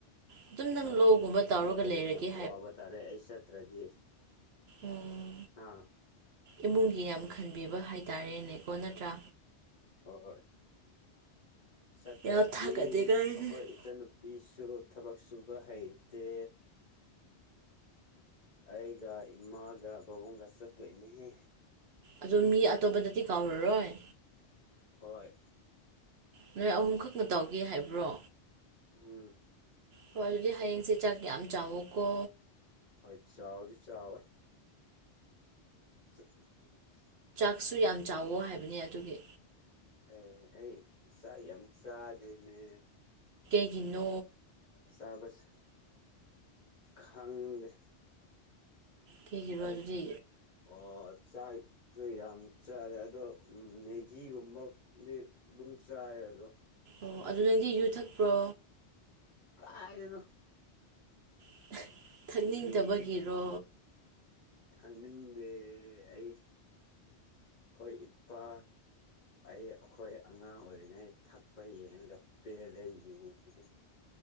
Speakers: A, on the right (about 65°); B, on the left (about 45°).
A: ꯑꯗꯨꯝ ꯅꯪ
B: ꯑꯩ
A: ꯂꯧꯒꯨꯝꯕ
B: ꯏꯃꯥ
A: ꯇꯧꯔꯒ
B: ꯕꯥꯥꯕꯨꯡ
A: ꯂꯩꯔꯒꯦ
B: ꯌꯥꯝ ꯋꯥꯕ ꯇꯥꯔꯦ ꯑꯩ ꯆꯠꯇ꯭ꯔꯗꯤ
A: ꯑꫭ
B: ꯍꯥꯥ
A: ꯏꯃꯨꯡꯒꯤ ꯌꯥꯝ ꯈꯟꯕꯤꯕ ꯍꯥꯏꯇꯥꯔꯦꯅꯦꯀꯣ ꯅꯠꯇ꯭ꯔ
B: ꯍ ꯍꯣꯏ ꯆꯠꯇ꯭ꯔꯗꯤ
A: ꯌꯥꯝ ꯊꯥꯒꯠꯂꯦ ꯀꯥꯏꯁꯦ
B: ꯑꯈꯣꯏ ꯏꯆꯟꯅꯨꯄꯤꯁꯨ ꯊꯕꯛ ꯁꯨꯕ ꯍꯩꯇꯦ ꯑꯩꯒ ꯏꯃꯥꯒ ꯕꯥꯕꯨꯡꯒ ꯆꯠꯇꯣꯏꯅꯦꯍꯦ
A: ꯑꯗꯨ ꯃꯤ ꯑꯇꯣꯞꯄꯗꯗꯤ ꯀꯧꯔꯔꯣꯏ
B: ꯍꯣꯏ
A: ꯅꯣꯏ ꯑꯍꯨꯝ ꯈꯛꯅ ꯇꯧꯒꯦ ꯍꯥꯏꯕ꯭ꯔꯣ
B: ꯎꯝ
A: ꯍꫭ ꯑꯗꯨꯗꯤ ꯍꯌꯦꯡꯁꯦ ꯆꯥꯛ ꯌꯥꯝ ꯆꯥꯎꯋꫭꯀꯣ
B: ꯍꫭꯏ ꯆꯥꯎꯗꯤ ꯆꯥꯎꯋꯦ <unintelligible>
A: <unintelligible> ꯁꯨ ꯌꯥꯝ ꯆꯥꯎꯋꯣ ꯍꯥꯏꯕꯅꯦ ꯑꯗꯨꯒꯤ
B: ꯑꯩ ꯑꯩ ꯆꯥꯛ ꯌꯥꯝ ꯆꯥꯗꯦꯃꯤ
A: ꯀꯩꯒꯤꯅꫭ
B: ꯆꯥꯕꯁ ꯈꯪꯗꯦ
A: ꯀꯩꯒꯤꯔꯣ
B: ꯑꯩ
A: ꯑꯗꯨꯗꯤ
B: ꯑ ꯆꯥꯛꯁꯨ ꯌꯥꯝ ꯆꯥꯔꯦ ꯑꯗꯣ ꯃꯦꯒꯤꯒꯨꯝꯕꯗꯤ ꯑꯗꯨꯝ ꯆꯥꯏ ꯑꯗꯣ
A: ꯑꯣ ꯑꯗꯨ ꯅꯪꯗꯤ ꯌꯨ ꯊꯛꯄ꯭ꯔꯣ
B: ꯀꯥꯏꯗꯩꯅꫭ
A: <unintelligible> ꯊꯛꯅꯤꯡꯗꯕꯒꯤꯔꯣ
B: ꯌꯨꯅꯣ ꯊꯛꯅꯤꯡꯗꯦ ꯑꯩ ꯑꯈꯣꯏ ꯏꯄꯥ ꯑꯩ ꯑꯩꯈꯣꯏ ꯑꯉꯥꯡ ꯑꯣꯏꯔꯤꯉꯩ ꯊꯛꯄ ꯌꯦꯡꯉꯒ ꯄꯦꯜꯂꯦ ꯌꯨꯕꯨꯗꯤ